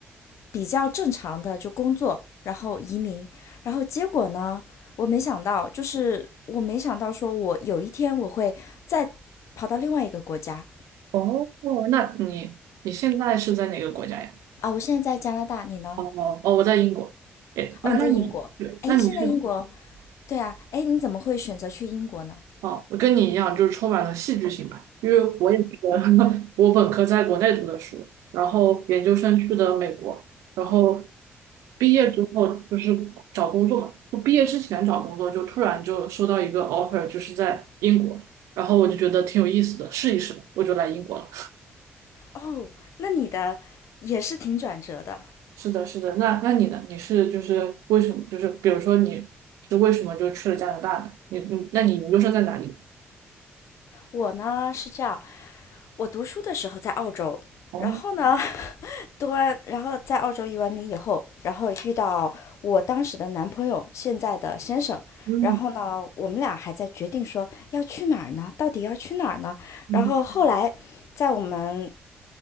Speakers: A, on the left; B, on the right.
A: 比较正常的就工作，然后移民。然后结果呢，我没想到，就是我没想到说我有一天我会再跑到另外一个国家
B: 哦，那你你现在是在哪个国家呀？
A: 啊。我现在在加拿大，你呢？
B: 哦哦，我在英国。诶，
A: 哦，
B: 那那你对，
A: 你在英国。哎，
B: 那你是
A: 现在英国。对啊，哎，你怎么会选择去英国呢？
B: 哦，我跟你一样，就是充满了戏剧性吧，因为我也是个 <laughs> 我本科在国内读的书，然后研究生去的美国，然后毕业之后就是找工作嘛，就毕业之前找工作，就突然就收到一个 offer，就是在英国，然后我就觉得挺有意思的，试一试吧，我就来英国了。
A: 哦，那你的也是挺转折的。
B: 是的，是的，那那你呢？你是就是为什么？就是比如说你是为什么就去了加拿大呢？你你那你研究生在哪里？
A: 我呢是这样，我读书的时候在澳洲，
B: 哦，
A: 然后呢，<laughs> 读完，然后在澳洲移完名以后，然后遇到我当时的男朋友，现在的先生，
B: 嗯
A: 然后呢，我们俩还在决定说要去哪儿呢，到底要去哪儿呢？
B: 嗯
A: 然后后来，在我们